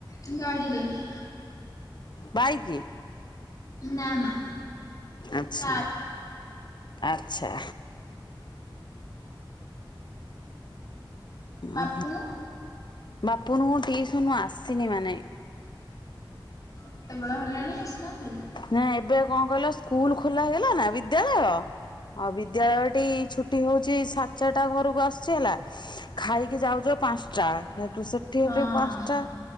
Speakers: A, on the left (about 45°); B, on the left (about 60°).
A: ତୁ ଗାଡ଼ିିଲରେ
B: ବାଇକି
A: ନା ନା
B: ଆଚ୍ଛା
A: କ
B: ଆଚ୍ଛା
A: ବାପୁନୁ
B: ଓ ବାପୁନୁ ମୁ ଟିସନ ଆସିନି ମାନେ
A: ଏତେ ବଡ ହେଲାଣି ଆସିଲାନ୍ତି
B: ନା ଏବେ କଣ କହିଲ ସ୍କୁଲ ଖୋଲା ହେଇଗଲା ନା ବିଦ୍ୟାଳୟ ହଁ ବିଦ୍ୟାଳୟଟି ଛୁଟି ହଉଛି ସାତ ଚାରିଟା ଘରକୁ ଆସୁଛି ହେଲା ଖାଇକି ଯାଉଛ ପାଞ୍ଚଟା ହେଠୁ ସେଠିଠୁ
A: ହଁ।
B: ପାଞ୍ଚଟା